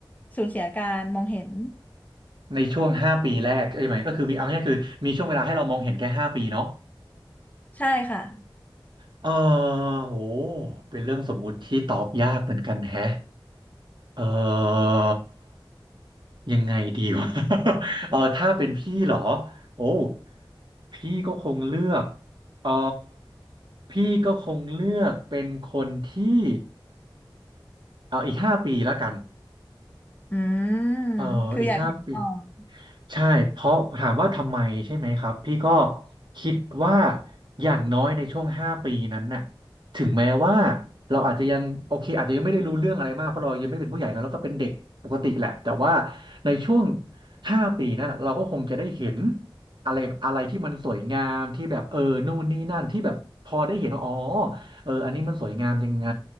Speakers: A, on the left; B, on the right.
A: สูญเสียการมองเห็น
B: ในช่วงห้าปีแรกเอ้ยหมายก็คือมีเอาง่ายๆคือมีช่วงเวลาให้เรามองเห็นแค่ห้าปีเนาะ
A: ใช่ค่ะ
B: เออโหเป็นเรื่องสมมุติที่ตอบยากเหมือนกันแฮะ เออยังไงดีวะ <laughs> เออถ้าเป็นพี่เหรอโอ้พี่ก็คงเลือกเออพี่ก็คงเลือกเป็นคนที่เอออีกห้าปีแล้วกัน
A: อืม
B: เอออีกห้าปี
A: คืออยากเห็นก่อน
B: ใช่เพราะถามว่าทำไมใช่ไหมครับพี่ก็คิดว่าอย่างน้อยในช่วงห้าปีนั้นน่ะถึงแม้ว่าเราอาจจะยังโอเคอาจจะยังไม่ได้รู้เรื่องอะไรมากเพราะเรายังไม่เป็นผู้ใหญ่เนอะแล้วก็เป็นเด็กปกติแหละแต่ว่าในช่วงห้าปีนั้นน่ะเราก็คงจะได้เห็นอะไรอะไรที่มันสวยงามที่แบบเออนู่นนี่นั่นที่แบบพอได้เห็นว่าอ๋อเอออันนี้มันสวยงามยังไง